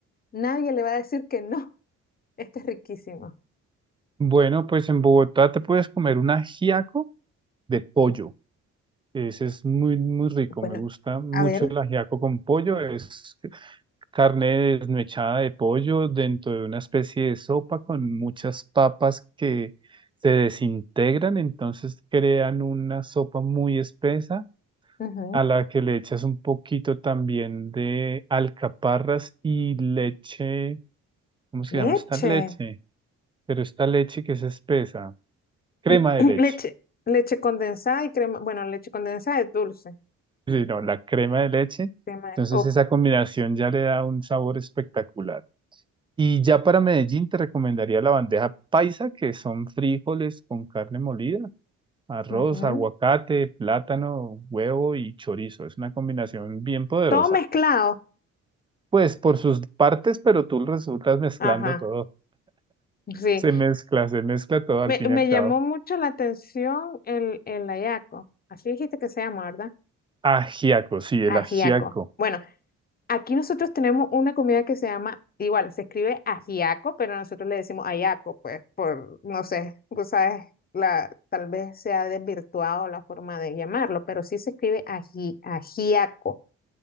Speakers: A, on the left; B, on the right.
A: nadie le va a decir que no, <laughs> esto es riquísimo.
B: Bueno, pues en Bogotá te puedes comer un ajiaco de pollo. Ese es muy, muy rico.
A: Bueno,
B: Me gusta mucho
A: a ver,
B: el ajiaco con pollo. Es carne desmechada de pollo dentro de una especie de sopa con muchas papas que se desintegran, entonces crean una sopa muy espesa
A: ujú,
B: a la que le echas un poquito también de alcaparras y leche, ¿cómo se
A: leche.
B: llama esta leche? Pero esta leche que es espesa, crema
A: <clears throat>
B: de leche.
A: Leche, leche condensada y crema, bueno, leche condensada es dulce,
B: Sí, no, la crema de leche.
A: crema,
B: Entonces
A: o-
B: esa combinación ya le da un sabor espectacular. Y ya para Medellín te recomendaría la bandeja paisa, que son frijoles con carne molida, arroz,
A: ujú.
B: aguacate, plátano, huevo y chorizo. Es una combinación bien poderosa.
A: Todo mezclado,
B: Pues por sus partes, pero tú resultas mezclando
A: ajá,
B: todo.
A: sí.
B: Se mezcla, se mezcla todo al
A: Me,
B: fin
A: me
B: y al cabo.
A: llamó mucho la atención el, el ayaco, así dijiste que se llama, ¿verdad?
B: Ajiaco, sí, el
A: Ajiaco.
B: ajiaco.
A: Bueno, aquí nosotros tenemos una comida que se llama, igual, se escribe ajiaco, pero nosotros le decimos ayaco, pues, por, no sé, tú sabes, la, tal vez se ha desvirtuado la forma de llamarlo, pero sí se escribe aji, ajiaco.